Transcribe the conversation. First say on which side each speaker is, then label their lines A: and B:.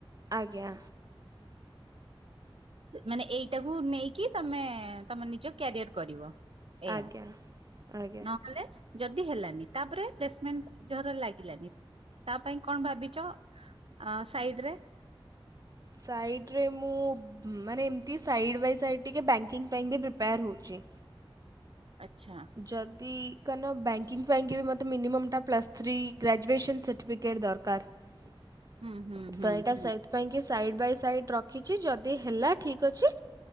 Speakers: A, on the right; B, on the right.
A: ଆଜ୍ଞା।
B: ମାନେ ଏଇଟାକୁ ନେଇକି ତମେ ତମ ନିଜ କ୍ୟାରିୟର କରିବ। ଏୟା
A: ଆଜ୍ଞା ଆଜ୍ଞା
B: ନହେଲେ ଯଦି ହେଲାନି ତାପରେ ପ୍ଲେସମେଣ୍ଟର ଝର ଲାଗିଲାନି ତା ପାଇଁ କଣ ଭାବିଚ? ଆ ସାଇଡ ରେ।
A: ସାଇଡ ରେ ମୁଁ ମାନେ ଏମିତି ସାଇଡ଼୍ ବାଇ ସାଇଡ଼୍ ଟିକେ ବ୍ୟାଙ୍କିଙ୍ଗ୍ ପାଇଁ ବି ପ୍ରିପେୟାର୍ ହେଉଛି।
B: ଆଛା।
A: ଯଦି କାରଣ ବ୍ୟାଙ୍କିଙ୍ଗ୍ ଫ୍ୟାଙ୍କି ବି ମୋତେ ମିନିମମ୍ଟା ପ୍ଲସ୍ ଥ୍ରୀ ଗ୍ରାଜୁଏସନ୍ ସାର୍ଟିଫିକେଟ୍ ଦରକାର।
B: ହୁଁ ହୁଁ ହୁଁ
A: ତ ଏଇଟା
B: ହୁଁ।
A: ସହିତ ପାଇଁକି ସାଇଡ଼୍ ବାଇ ସାଇଡ଼୍ ରଖିଛି ଯଦି ହେଲା ଠିକ୍ ଅଛି